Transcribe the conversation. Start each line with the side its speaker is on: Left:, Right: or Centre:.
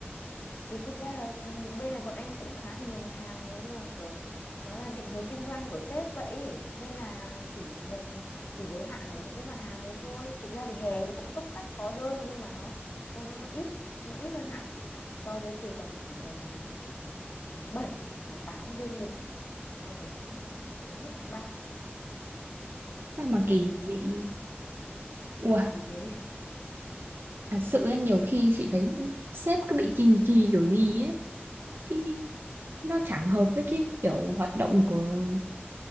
Left: thì thực ra là ừ, bên này bọn em cũng khá là nhiều mặt hàng rồi nhưng mà kiểu nó là định hướng kinh doanh của sếp vậy ấy. nên là chỉ nhập chỉ giới hạn ở những cái mặt hàng đấy thôi thực ra thì hè thì cũng túc tắc có đơn nhưng mà nó nó nó, nó ít nó ít hơn hẳn so với từ tầm khoảng tầm à, tháng 7 tháng 8 dương lịch cho đến đến hết tháng 3
Right: sao mà
Left: bọn
Right: kỳ
Left: em mới có đông
Right: dị
Left: đông đấy
Right: ủa
Left: thì thế
Right: thật sự ấy, nhiều khi chị thấy sếp cứ bị kỳ kỳ kiểu gì ấy cái nó chẳng hợp với cái kiểu hoạt động của